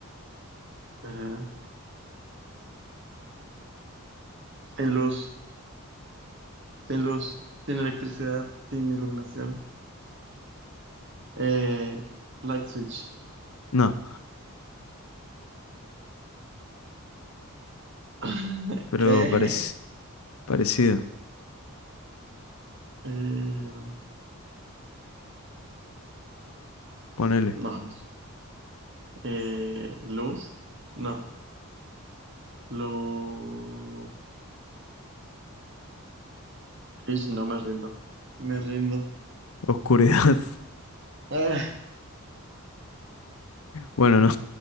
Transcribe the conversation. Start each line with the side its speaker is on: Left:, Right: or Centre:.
Right: Ajá. Sin luz, sin luz, sin electricidad, sin iluminación. Eh, light switch.
Left: No,
Right: <laughs>
Left: pero
Right: ¿Qué?
Left: parec- parecido.
Right: Eh,
Left: Ponele.
Right: no, Eh, luz. No. Luz. Ish, no me rindo. Me rindo.
Left: Oscuridad. <laughs>
Right: Ah,
Left: Bueno, no.